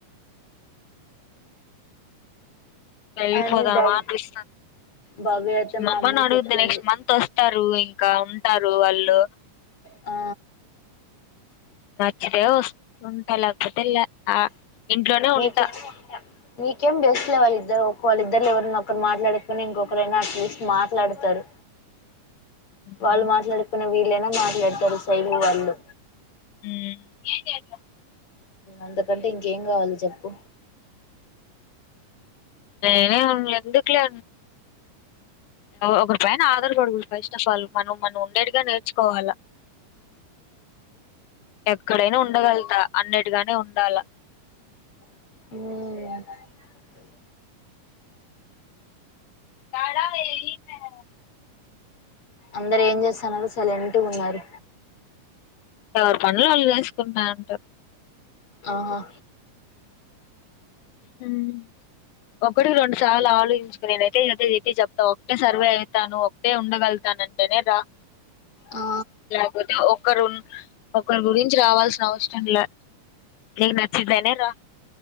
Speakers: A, on the left (about 75°); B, on the left (about 40°).
A: వెళ్ళిపోదామా
B: అయమ్మి భవ్
A: అనిపిస్తుంది.
B: భవ్య అయితే
A: మమ్మని
B: మా అమ్మకి
A: అడుగితే
B: చెప్పింది
A: నెక్స్ట్ మంత్ వస్తారు ఇంకా ఇంకా ఉంటారు వాళ్ళు
B: ఆ
A: నచ్చితేే వస్త ఉంటా లేకపోతే ల్యా ఆ ఇంట్లోనే
B: నీకే
A: ఉంటా
B: నీకేం బెస్ట్ లే వాళ్ళిద్దరు ఒక వాళ్ళిద్దరులో ఎవరన్న ఒకరు మాట్లాడుకొని ఇంకొకరైనా అట్లీస్ట్ మాట్లాడతారు
A: ఉమ్.
B: వాళ్ళు మాట్లాడ అప్పుడు వీళ్లైనా మాట్లాడతారు <unintelligible> వాళ్ళు
A: మ్మ్
B: అంతకంటే ఇంకేం కావాలి చెప్పు
A: నేనే ఎందుకులే ఒకరి పైన ఆధార్పడకదు ఫస్ట్ ఆఫ్ ఆల్ మనం మన్న ఉండేట్టుగా నేర్చుకోవాలా ఎక్కడైనా ఉండగలుగుతా అన్నటిగానే ఉండాల
B: మ్మ్ హ్మ్
A: యాడ <inaudible>
B: అందరు ఏం చేస్తన్నారు. సైలెంటుగున్నారు
A: ఎవరు పనులు వాళ్ళు చేస్ కుంటున్నారు
B: ఆహా
A: మ్మ్ ఒక్కటే <unintelligible> చాలా ఆలోచించుకుని నేను అయితే ఏద ఏటి చెప్తా ఒకటే సర్వే అవుతాను ఒక్కటే ఉండగలుగుతాను అంటేనే రా
B: ఆ
A: లేకపోతే ఒక్కరు ఒకరి గురించి రావాల్సిన అవసరం లే నీకు నచ్చితేనే రా